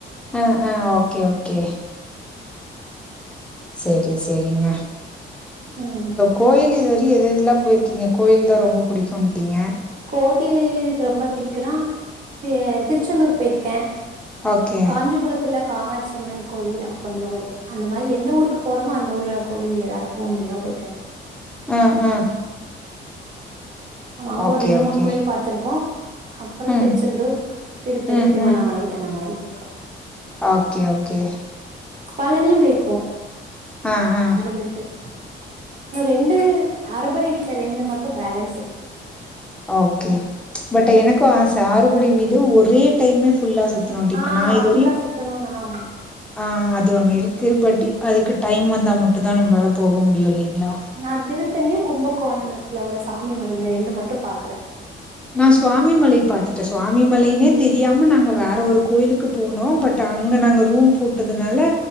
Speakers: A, in the centre; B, on the right.
A: அ அ ஓகே ஓகே செரி செரிங்க
B: ம்
A: கோயிலு இதுவரியு எது எதுலா போயிருக்கீங்க கோயில்தா ரொம்ப புடிக்குன்ட்டீங்க
B: கோவில்க்கு ரொம்ப பிடிக்குனா தி திருச்செந்தூர் போய்ர்க்கே
A: ஓகே.
B: காஞ்சிபுரத்துல காமாட்சியம்மன் கோவில் அப்டி கொஞ்சோ ஒர் அந்த மாரி எந்த ஊருக்கு போறோமோ அந்த ஊர்ல கோவில் எதாது போ முடிஞ்சா போய்ட்டு
A: ம் ம்
B: அங்க
A: ஓகே,
B: ஒரு ரெண்டு
A: ஓகே.
B: மூணு கோயில் பாத்துருக்கோ அப்புறோ
A: ம்,
B: திருச்செந்தூர் திருப்பதி
A: ம்,
B: திருவண்ணாமலை
A: ம்.
B: அந்த மாரி பேய்ர்க்கோ
A: ஓகே ஓகே
B: பழனியு பேய்ர்க்கோ
A: ஆ ஆ
B: மித்து இன்னு ரெண்டு அறுபடை வீட்ல ரெண்டு மட்டு பேலன்ஸ் இருக்கு
A: ஓகே பட் எனக்கு ஆச ஆறுபடை வீடு ஒரே டைமே ஃபுல்லா சுத் துனுன்டு இப்ப
B: ஆ
A: நான் இதுவரையு
B: ஃபுல்லா சுத்தணுனு ஆமா
A: ஆ அது ஒன்னு இருக்கு பட்டு அதுக்கு டைம் வந்தா மட்டுந்தா நம்ளால போக முடியு இல்லைங்ளா
B: நான் திருத்தணியு கும்பகோண்ணத்துல உள்ள சாமிமலை இந்த ரெண்டு மட்டு பாக்கல
A: நான் சுவாமிமலை பாத்துட்ட சுவாமிமலைனே தெரியாம நாங்க வேற ஒரு கோயிலுக்கு போனோ பட் அங்க நாங்க ரூம் போட்டதுனால